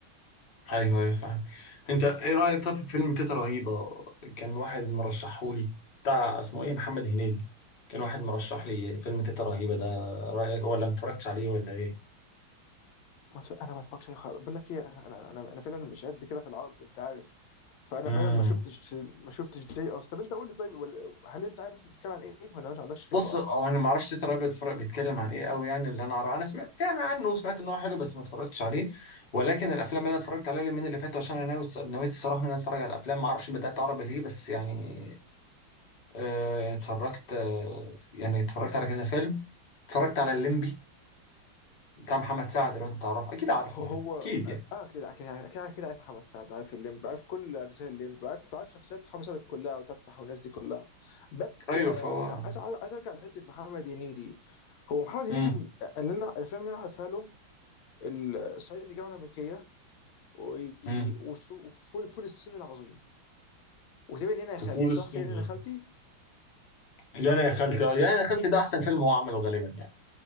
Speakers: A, on the left (about 45°); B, on the left (about 80°).
A: ايوه ايوه فاهم انت ايه رايك طب في فيلم تيتا رهيبه كان واحد مرشحهولي بتاع اسمه ايه محمد هنيدي كان واحد مرشح لي فيلم تيتا رهيبه ده رايك ولا ما اتفرجتش عليه ولا ايه
B: ما ت- انا ما اتفرجش عليه خالص بقول لك ايه انا انا انا, أنا فعلا مش قد كده في العرب انت عارف فانا
A: امم
B: فعلا ما شفتش ما شفتش دي اصلا طب انت قول لي طيب ولا- هل انت عارف اصلا بتتكلم عن ايه ولا انت ما عندكش فكره
A: بص
B: اصلا
A: اه انا ما اعرفش تيتا رهيبه بيتفرج بيتكلم عن ايه قوي يعني اللي انا اعرفه انا سمعت يعني عنه وسمعت ان هو حلو بس ما اتفرجتش عليه ولكن الافلام اللي انا اتفرجت عليها اليومين اللي فاتوا عشان انا ناوي نويت الصراحه ان انا اتفرج على الافلام ما اعرفش بدات عربي ليه بس يعني آه، اتفرجت آه، يعني اتفرجت على كذا فيلم اتفرجت على الليمبي بتاع محمد سعد لو انت تعرفه اكيد عارفه
B: هو
A: يعني اكيد يعني
B: اه آه، كده كده كده كده عارف محمد سعد عارف الليمب عارف كل اجزاء الليمب عارف عارف شخصيات محمد سعد كلها وتتح والناس دي كلها بس
A: ايوه
B: آه
A: فهو
B: أنا عايز عايز ارجع لحته محمد هنيدي هو محمد هنيدي
A: امم
B: من- اللي انا الافلام اللي انا عارفها له ال- الصعيدي في الجامعه الامريكيه و-
A: امم
B: وصو- وفول فول الصين العظيم وتقريبا انا يا خالتي
A: فول الصين
B: صح فين انا
A: يعني
B: يا خالتي
A: يعني يا خالتي آه، يعني يا خالتي ده احسن فيلم هو عمله غالبا يعني